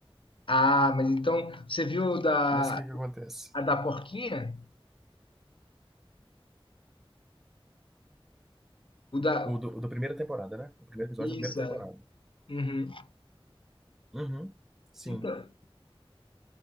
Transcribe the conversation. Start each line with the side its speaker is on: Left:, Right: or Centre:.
Left: Ah, mas então, você viu o da,
Centre: Mas o que que acontece?
Left: a da porquinha? O da.
Centre: O do, o da primeira temporada, né? O primeiro episódio
Left: Isso,
Centre: da primeira
Left: é.
Centre: temporada.
Left: Uhum.
Centre: Uhum. Sim,
Left: Então,